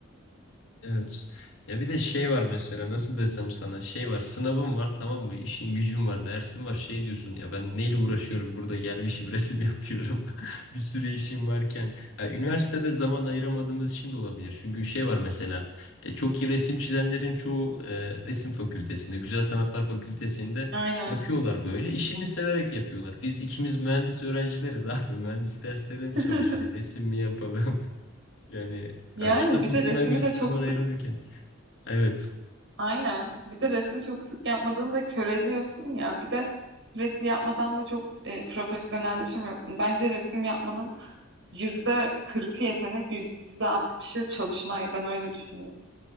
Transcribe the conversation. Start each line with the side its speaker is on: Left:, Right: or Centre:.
Left: Evet. Ya bir de şey var mesela nasıl desem sana şey var sınavım var tamam mı işin gücün var dersin var şey diyorsun ya ben neyle uğraşıyorum burada gelmişim resim <laughs> yapıyorum <laughs> bir sürü işim varken ha, üniversitede zaman ayıramadığımız için de olabilir çünkü şey var mesela e, çok iyi resim çizenlerin çoğu e, resim fakültesinde Güzel Sanatlar Fakültesinde
Right: Aynen.
Left: yapıyorlar böyle işini severek yapıyorlar biz ikimiz mühendis öğrencileriz abi <laughs> mühendis derslerine mi
Right: <laughs>
Left: çalışalım resim mi yapalım <laughs> yani
Right: Yani
Left: ya kitap
Right: bir
Left: okumaya
Right: de resmi
Left: bile
Right: de
Left: zaman
Right: çok sık
Left: ayıramıyorken Evet.
Right: aynen. Bir de resmi çok sık yapmadığında köreliyorsun ya. Bir de sürekli yapmadan da çok e, profesyonelleşemiyorsun. Bence resim yapmanın yüzde kırkı yetenek, yüzde altmışı çalışmayı. Ben öyle düşünüyorum.